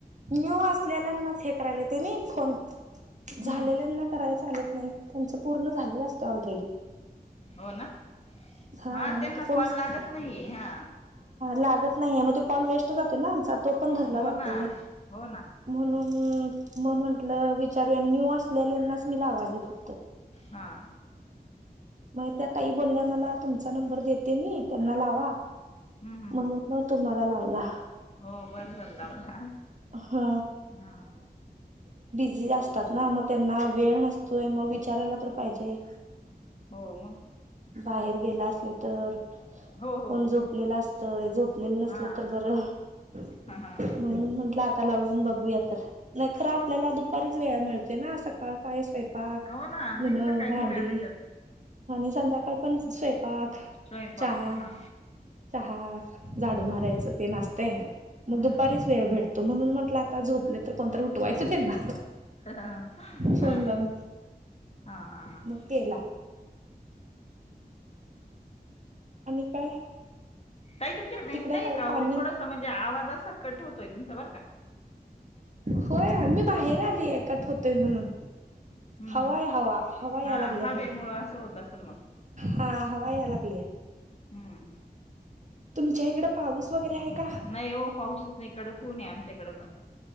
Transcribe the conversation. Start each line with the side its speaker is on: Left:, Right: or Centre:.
Right: न्यू असलेल्यांनाच हे करायला ते नाही- फोन.
Left: हम्म
Right: झालेल्यांना कराय सांगितलाय. तुमचं पूर्ण झालेलं असतं ऑल रेडी.
Left: हो ना
Right: हां,
Left: हा त्यांना
Right: नाहीतर कोणी
Left: कॉल लागत
Right: <unintelligible>
Left: नाहीये हा
Right: लागत नाहीये ना, तो कॉल वेस्ट जातो ना आमचा? तो पण धरला
Left: हो
Right: जातोय.
Left: ना हो ना
Right: हं हम्. म म्हंटलं, विचारू अन न्यू असलेल्यांनाच मी लावायले फक्त.
Left: हा.
Right: मग त्या ताई बोलल्या मला- तुमचा नंबर देते मी. त्यांना लावा-
Left: हम्म हम्म
Right: म्हणून मग - तुम्हाला लावला.
Left: हो बरं झाल लावला.
Right: हा
Left: हा.
Right: जे असतात ना? मग त्यांना वेळ नसतोय. मग विचारायला तर पाहिजे-
Left: हो. मग?
Right: बाहेर गेला असेल तर,
Left: हो हो
Right: कोण झोपलेला असतंय झोपलेलं नसलं
Left: हा
Right: तर बरं. म्हणून
Left: हा
Right: म्हंटलं आता लावून बघूयात. नाही खरं आपल्याला दुपारी वेळ मिळतो ना, सकाळ- सकाळी स्वयंपाक
Left: हो ना
Right: धुन,
Left: नाही सकाळी
Right: भांडी
Left: नाही वेळ भेटत
Right: आणि संध्या आपण स्वयंपाक-
Left: स्वयंपाक
Right: चहा-
Left: हा
Right: चहा.
Left: हम्म
Right: झाडू मारायचं तेन असतंय मग
Left: हम्म
Right: दुपारीच वेळ भेटतो. म्हणून म्हटलं आता झोपले तर कोणतरी उटवायचं त्यांना-
Left: हा हा
Right: फोन
Left: हा
Right: लावून
Left: हा हा.
Right: मग केला आणि काय?
Left: ताई तुमच्या कड रेंज
Right: तिकडे
Left: नाही
Right: ह
Left: का
Right: पाणी
Left: ओ. थोडस म्हणजे आवाजत. घसा कट होतोय तूमचा बर का.
Right: होय मी बाहेर आली आहे. कठ होत. तोय म्हणून.
Left: हम्म
Right: हवा-हाय.
Left: हम्म
Right: हवा. हवा या
Left: हा
Right: लागल्या
Left: हवेमुळं
Right: भरपूर
Left: असं होत असेल मग
Right: हा. हवा या लागलीया.
Left: हम्म.
Right: तुमच्या इकड पाऊस वगैरे आहे का
Left: नाही ओ पाऊसच नाही कडक. ऊन आहे आमच्याकडें पण.